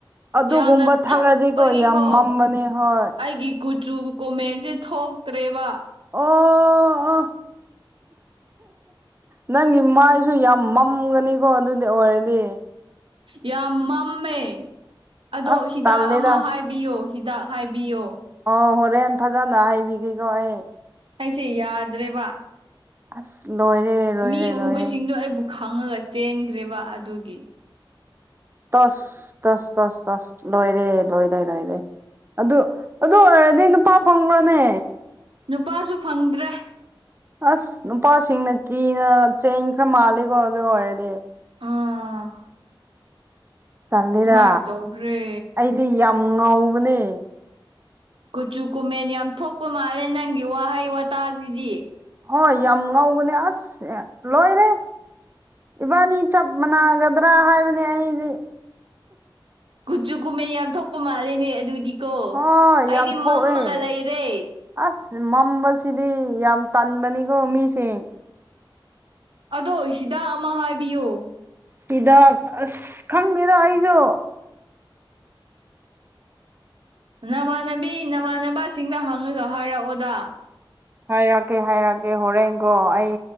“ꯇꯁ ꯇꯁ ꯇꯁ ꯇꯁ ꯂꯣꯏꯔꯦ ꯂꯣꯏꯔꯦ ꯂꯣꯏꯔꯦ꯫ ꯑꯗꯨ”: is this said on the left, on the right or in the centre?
Right